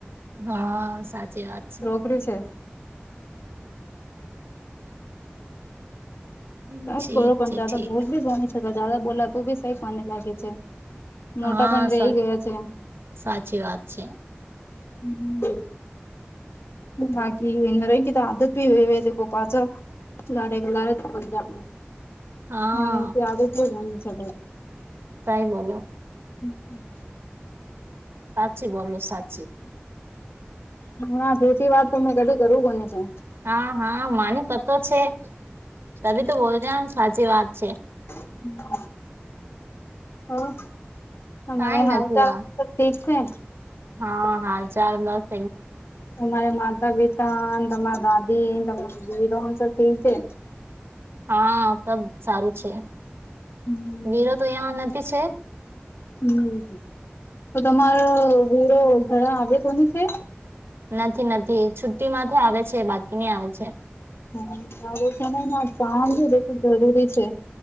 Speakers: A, on the right; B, on the left.
A: હા સાચી વાત છે.
B: કર્યું છે.
A: હમ,
B: કક
A: ઠીક
B: કરો પણ
A: છે
B: જાદા
A: ઠીક
B: બ બી બની શકદા જાડા બોલા તો બી સઈક કોને લાગે છે. મોટા
A: હા
B: પણ રહી
A: સા
B: ગયા છે.
A: સાચી વાત છે
B: હમ્મ. બાકી એને રઈ ગ્યું તો આદત ભી વ કો પાચ લારે ગ લાર પજા આપણું.
A: હા
B: અને તો આદત જ મન છે
A: સાઈ બોલો.
B: હમ્મ હમ્મ.
A: સાચી, બોલો સાચી.
B: હા ધોટી વાત તોમે કઢ કરું ઘની છે.
A: હા હા માની પતો છે તભી તો બોલરી સાચી વાત છે.
B: હમ્મ. ઓ તમારે
A: કઈ
B: હાલ
A: નથી
B: ચાલ
A: આ
B: સબ ઠીક છે?
A: હા હાલ ચાલ બ
B: તમારે માતા પિતા, ને તમારા દાદી, તમારી ભાઈરોણ સબ થીક છે?
A: હા સબ સારું છે.
B: હમ
A: વિરો તો ઐયા નથી છે.
B: હમ્મ, તો તમારો વીરો ઘરા આવે કોની છે?
A: નથી નથી છુ્ટી માંથી આવે છે બાકી ની આવે છે.
B: હા આવો સમયમાં <unintelligible> ખૂબ જરૂરી છે.